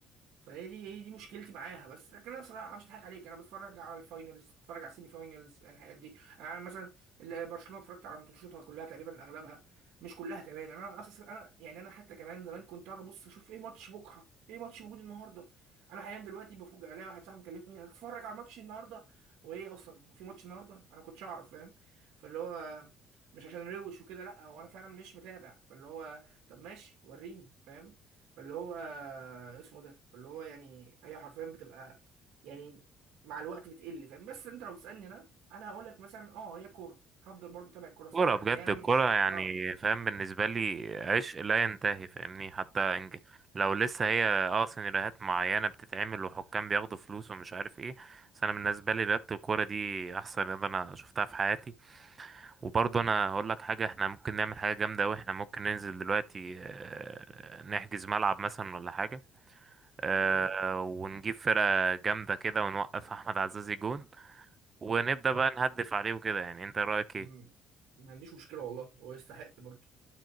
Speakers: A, on the right; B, on the right.
A: فهي دي هي دي مشكلتي معاها بس لكن انا صراحه مش هضحك عليك انا بتفرج على الفاينلز بتفرج على السيمي فاينلز يعني الحاجات دي انا مثلا ال- برشلونه اتفرجت على ماتشاتها كلها تقريبا اغلبها مش كلها كمان انا اصلا انا يعني انا حتى كمان زمان كنت قاعد ابص اشوف ايه ماتش بكره ايه ماتش موجود النهارده انا حاليا دلوقتي بفوجئ الاقي واحد صاحبي مكلمني هتتفرج على ماتش النهارده وايه اصلا هو في ماتش النهارده انا ما كنتش اعرف فاهم فاللي هو مش عشان روش وكده لا هو انا فعلا مش متابع فاللي هو طب ماشي وريني فاهم فاللي هو اسمه ده فاللي هو يعني هي حرفيا بتبقى يعني مع الوقت بتقل فاهم بس انت لو تسالني انا انا هقول لك مثلا اه هي كوره هفضل برضه اتابع الكوره صح
B: كورة
A: لان
B: بجد
A: انا
B: الكورة
A: مش
B: يعني
A: اه
B: فاهم بالنسبة لي عشق لا ينتهي فاهمني حتى إنج- لو لسه هي اه سيناريوهات معينة بتتعمل وحكام بياخدوا فلوس ومش عارف ايه بس أنا بالنسبة لي رياضة الكورة دي أحسن رياضة أنا شفتها في حياتي وبرضه أنا هقول لك حاجة احنا ممكن نعمل حاجة جامدة أوي احنا ممكن ننزل دلوقتي آه، نحجز ملعب مثلا ولا حاجة آه،
A: مم.
B: ونجيب فرقة جامدة كده ونوقف أحمد عزازي جون ونبدأ بقى نهدف عليه وكده يعني أنت رأيك إيه؟
A: مم. ما عنديش مشكله والله هو يستحق برضه